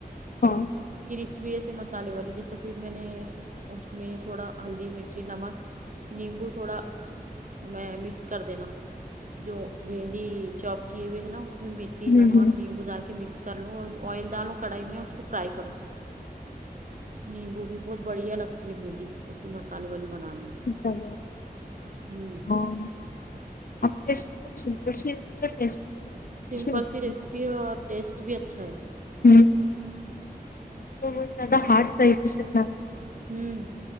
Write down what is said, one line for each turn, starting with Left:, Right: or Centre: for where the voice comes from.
Left: ہاں
Right: کرسپی ایسے مسالے والی جیسا پھر میں نے اس میں تھوڑا ہلدی مرچی نمک نیمبو تھوڑا میں مکس کر دینا جو بھنڈی چوپ کیے ہوئے ہے نا اس میں مرچی
Left: ہوں
Right: نمک
Left: ہوں
Right: نیمبو دال کے مکس کر لو اور آئل ڈالو کڑھائی میں اور اس کو فرائی کرو
Left: اچھا
Right: نیمبو بھی بہت بڑھیا لگتی ہے بھنڈی ایسیے مسالے والی بنانے میں
Left: سب
Right: ہوں
Left: ہاں <unintelligible> ہے
Right: سمپل
Left: اچھی لگتی
Right: سی ریسیپی ہے اور ٹیسٹ بھی اچھا ہے
Left: ہوں میں بہت زیادہ ہارڈ طریقے سے بناؤ
Right: ہوں